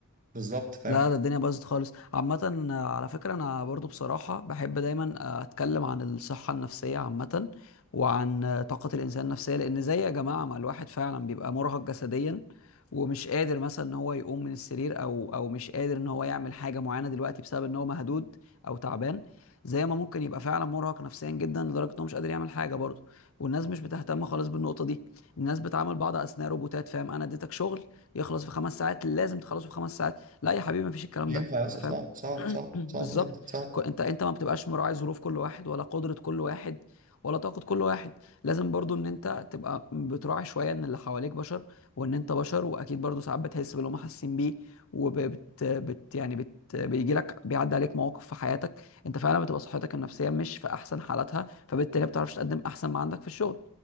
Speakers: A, on the right; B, on the left.
A: بالظبط فاهم
B: لا ده الدنيا باظت خالص عامة آه، على فكرة أنا برضو بصراحة بحب دايما آه، أتكلم عن الصحة النفسية عامة وعن آه، طاقة الإنسان النفسية لأن زي يا جماعة ما الواحد فعلا بيبقى مرهق جسديا ومش قادر مثلا إن هو يقوم من السرير أو أو مش قادر إن هو يعمل حاجة معينة دلوقتي بسبب إن هو مهدود أو تعبان زي ما ممكن يبقى فعلا مرهق نفسيا جدا لدرجة إن هو مش قادر يعمل حاجة برضه والناس مش بتهتم خالص بالنقطة دي الناس بتعامل بعض أثناء روبوتات فاهم أنا اديتك شغل يخلص في خمس ساعات لازم تخلصه في خمس ساعات لا يا حبيبي مفيش الكلام
A: مش
B: ده
A: ينفع يا
B: انت
A: أسطى،
B: فاهم
A: صعب صعب
B: <coughs>
A: صعب
B: <clears throat> بالظبط
A: صعب جدا صعب
B: كو- انت انت ما بتبقاش مراعي ظروف كل واحد ولا قدرة كل واحد ولا طاقة كل واحد لازم برضو ان انت تبقى بتراعي شوية ان اللي حواليك بشر وان انت بشر واكيد برضو ساعات بتحس باللي هم حاسين بيه وبت بت يعني بت بيجي لك بيعدي عليك مواقف في حياتك انت فعلا بتبقى صحتك النفسية مش في احسن حالاتها فبالتالي ما بتعرفش تقدم احسن ما عندك في الشغل